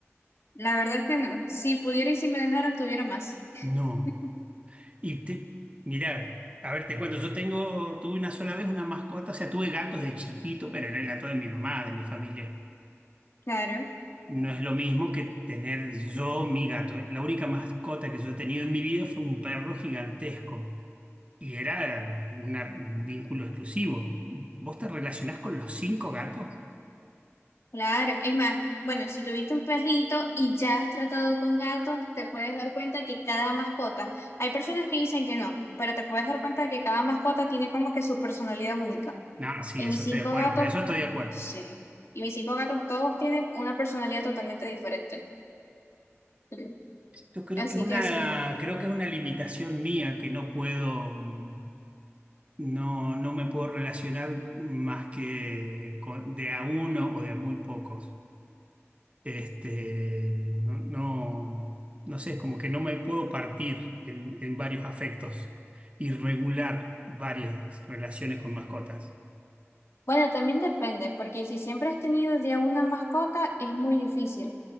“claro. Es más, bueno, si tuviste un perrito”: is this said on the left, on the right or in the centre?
Left